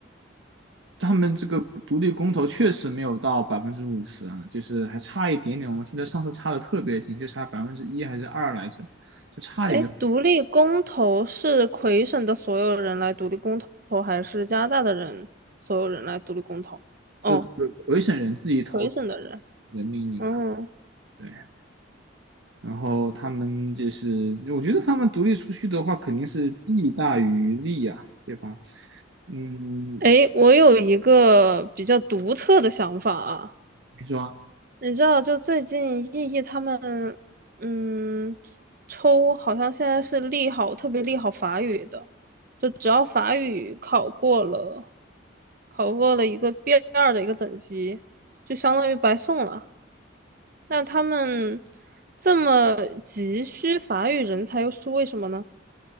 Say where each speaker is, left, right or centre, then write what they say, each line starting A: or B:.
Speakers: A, on the right; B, on the right.
A: 他们这个独立公投确实没有到百分之五十啊，就是还差一点点。我记得上次差的特别近，就差百分之一还是二来着，就差点就
B: 哎，独立公投是魁省的所有人来独立公投，还是加拿大的人所有人来独立公投？
A: 这个魁省人自己投自
B: 哦，是魁省的人，
A: 己的命运吧。
B: 嗯。
A: 对然后他们就是，我觉得他们独立出去的话，肯定是弊大于利呀、对吧？嗯，
B: 诶，我有一个比较独特的想法啊，
A: 比如说
B: 你知道，就最近艺艺他们，嗯，抽好像现在是利好，特别利好法语的，就只要法语考过了，考过了一个 b 二的一个等级，就相当于白送了。那他们这么急需法语人才，又是为什么呢？